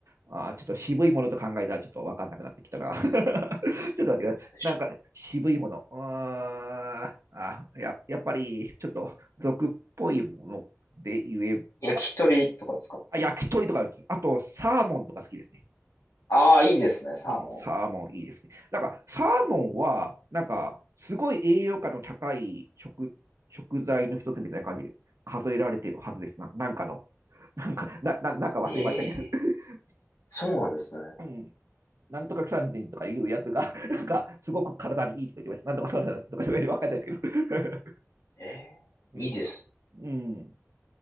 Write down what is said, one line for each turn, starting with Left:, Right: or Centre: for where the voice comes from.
Right: ああちょっと渋いものと考えたらちょっとわかんなくなってきたな。<laughs> ちょっと待ってください。
Left: なんでしょ
Right: なんか渋いもの。あーあや、やっぱりちょっと俗っぽいもので言えば、
Left: う。焼き鳥とかですか
Right: あ、焼き鳥とかです。あとサーモンとか好きですね。
Left: ああ、いいですね、サーモ
Right: うん、サーモンいいですね。なんかサーモンは、なんかすごい栄養価の高い食、食材の一つみたいな感じで数えられているはずですな。なんかの、なんか、な、な、なんか忘れましたけど。
Left: ン。え
Right: <laughs>
Left: え、そうなんですね。
Right: うん、なんとか三人とかいうやつが、<laughs> なんか、すごく体にいいとか言ってました。なんとかそうなンとか言ってわかんないですけど。
Left: ええ、
Right: <laughs> うん。
Left: いいですね。
Right: うん。